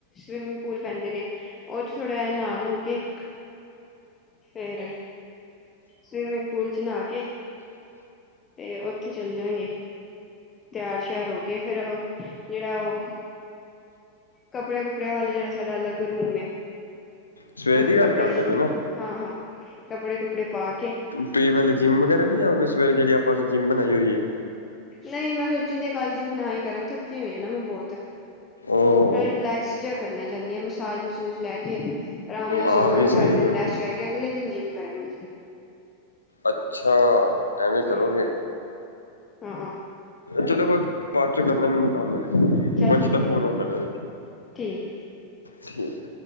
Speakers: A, on the left (about 20°); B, on the left (about 80°).
A: ਸਵਿਮਿੰਗ ਪੂਲ ਪੈਂਦੇ ਨੇ, ਉਹ 'ਚ' ਥੋੜ੍ਹਾ ਜਿਆ ਨਾ-ਨੂੰ ਕੇ ਫਿਰ ਸਵੀਮਿੰਗ ਪੂਲ 'ਚ' ਨਾ ਕੇ, ਤੇ ਉੱਥੇ ਚੱਲ ਜਾਂਗੇ। ਤਿਆਰ ਸ਼ਿਆਰ ਹੋ ਕੇ ਫਿਰ ਜਿਹੜਾ ਉਹ ਕੱਪੜਿਆਂ-ਕੁਪੜਿਆਂ ਵਾਲਾ ਜਿਹੜਾ ਸਾਡਾ ਅਲੱਗ ਰੂਮ ਏ।
B: ਸਵੇਰ
A: ਉੱਥੋਂ
B: ਦੀ ਗੱਲ
A: ਕੱਪੜੇ-ਕੁਪੜੇ
B: ਕਰਦੇ ਪਏ ਨਾ
A: ਹਾਂ-ਹਾਂ ਕੱਪੜੇ-ਕੁਪੜੇ ਪਾ ਕੇ
B: ਤੁਸੀ ਪਹਿਲੇ ਜਿਮ ਵਗੈਰਾ ਨੀ ਜਾਉਗੇ, ਸਵੇਰੇ ਜਿਹੜੀ ਆਪਾ ਜਿਮ ਬਣਾਈ ਹੋਈਏ।
A: ਨਹੀਂ, ਮੈਂ ਸੋਚਣ ਦੀ ਆ, ਕੱਲ ਜਿਮ ਨਾ ਈ ਕਰਾ ਥੱਕੀ ਹੋਈ ਆ ਨਾ ਬਹੁਤ।
B: ਉਹ
A: ਰਿਲੈਕਸ ਜਿਹਾ ਕਰਨਾ ਚਾਹੁੰਦੀ ਆ, ਮਸਾਜ -ਮਸੂਜ ਲੈ ਕੇ। ਆਰਾਮ ਨਾਲ
B: ਆਹ
A: ਸੌਵਾਗੀ
B: ਵੀ ਸਹੀ
A: ਸਾਰਾ ਦਿਨ
B: ਹੈ
A: ਰੈਸਟ ਕਰਕੇ ਅਗਲੇ ਦਿਨ ਜਿੰਮ ਕਰਾਂਗੀ।
B: ਅੱਛਾ, ਐਂਵੇ
A: ਹਾਂ
B: ਕਰੋਗੇ।
A: ਹਾਂ
B: ਚਲੋ ਬਾਅਦ ਚੋਂ ਕਰਨਾ ਮੈਨੂੰ ਕੰਮ ਏ,
A: ਚੱਲ
B: ਵੰਸ਼
A: ਠੀਕ
B: ਦਾ
A: ਹੈ
B: ਫੋਨ ਆਉਂਦਾ ਪਿਆ।
A: ਠੀਕ ਏ।
B: ਠੀਕ।